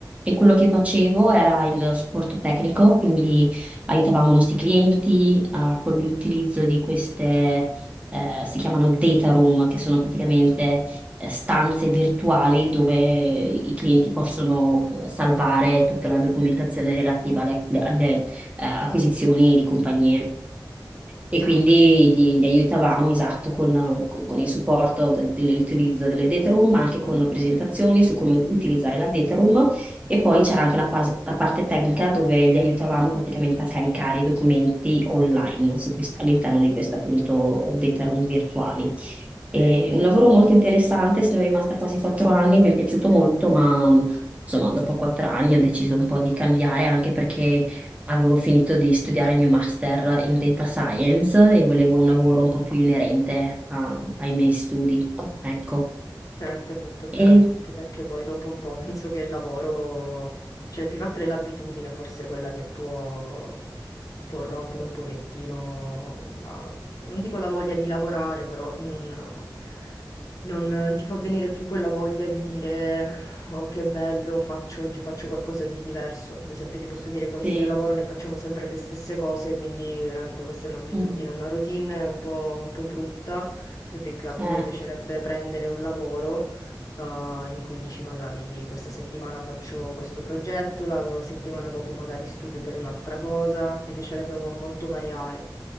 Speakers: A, on the right; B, on the left.
A: e quello che facevo era il supporto tecnico, quindi aiutavamo i nostri clienti eh, con l'utilizzo di queste, eh, si chiamano data room, che sono praticamente eh, stanze virtuali dove i clienti possono eh, salvare tutta la documentazione relativa alle, alle, eh, acquisizioni di compagnie. E
B: Ah,
A: quindi
B: ok.
A: gli, gli aiutavamo, esatto, con, con il supporto del- dell'utilizzo delle data room, ma anche con presentazioni su come utilizzare la data room. E poi c'era anche la, pas- la parte tecnica dove gli aiutavamo praticamente a caricare i documenti online su quest- all'interno di questo appunto data room virtuali. E un lavoro molto interessante, sono rimasta quasi quattro anni, mi è piaciuto molto, ma insomma dopo quattro anni ho deciso un po' di cambiare anche perché Avevo finito di studiare il mio master in data science e volevo un lavoro un po' più inerente a- ai miei studi, ecco.
B: Certo, hai fatto bene,
A: E
B: anche perché poi dopo un po' <laughs> penso che il lavoro, cioè più che altro è l'abitudine forse quella che può, può rompere un pochettino la- non dico la voglia di lavorare, però in un, non ti fa venire più quella voglia di dire oh che bello, faccio oggi faccio qualcosa di diverso. Ad esempio ti posso dire con il
A: sì,
B: mio lavoro ne facciamo sempre le stesse cose, quindi veramente questa è un'abitudine,
A: mhm,
B: una routine un po' un po' brutta poi più che altro
A: eh,
B: mi piacerebbe prendere un lavoro eh, in cui dici magari questa settimana faccio questo progetto, la settimana dopo magari studio per un'altra cosa, mi piacerebbe mo- molto variare.